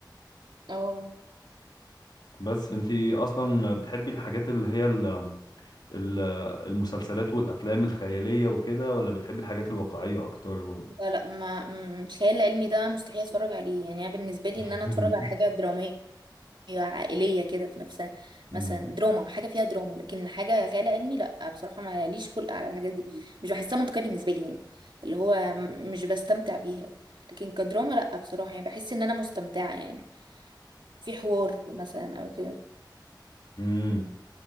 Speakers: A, on the right; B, on the left.
A: اه
B: بس انتي اصلا بتحبي الحاجات اللي هي ال- ال- المسلسلات والافلام الخياليه وكده ولا بتحبي الحاجات الواقعيه اكتر
A: لا لا ما م- الخيال العلمي ده مستحيل اتفرج عليه يعني انا بالنسبه لي
B: <laughs>
A: ان انا اتفرج على حاجه دراميه عائلية كده في نفسها
B: امم
A: مثلا دراما حاجة فيها دراما لكن حاجة خيال علمي لا بصراحة ما ليش خلق على الحاجات دي مش بحسها منطقية بالنسبة لي يعني اللي هو م- مش بستمتع بيها لكن كدراما لا بصراحة يعني بحس ان انا مستمتعة يعني في حوار مثلا او كده
B: امم